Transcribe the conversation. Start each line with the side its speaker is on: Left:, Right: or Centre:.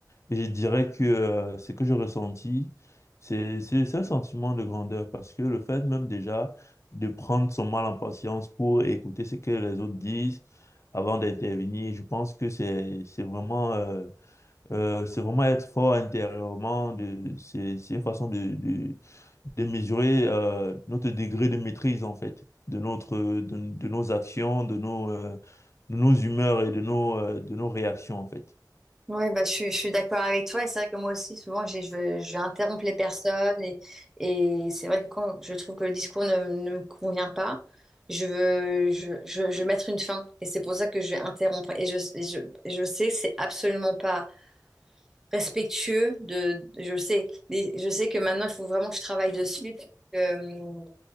Left: Et je dirais que euh, ce que j'ai ressenti, c'est c'est- c'est un sentiment de grandeur parce que le fait même déjà de prendre son mal en patience pour écouter ce que les autres disent, avant d'intervenir. Je pense que c'est c'est vraiment euh, euh, c'est vraiment être fort intérieurement. De c'est c'est une façon de de, de mesurer euh, notre degré de maîtrise en fait de notre de, de nos actions, de nos euh, de nos humeurs et de nos euh, de nos réactions en fait.
Centre: Oui, bah, je, suis je suis d'accord avec toi. Et c'est vrai que moi aussi, souvent, j'ai- je, veux- je vais interrompre les personnes. Et, et c'est vrai que quand je trouve que le discours ne, ne me convient pas, je veux, je, je, je veux mettre une fin. Et c'est pour ça que je vais interrompre. Et je, et je, et je sais que c'est absolument pas respectueux de, je le sais. Mais je sais que maintenant, il faut vraiment que je travaille dessus. Euh,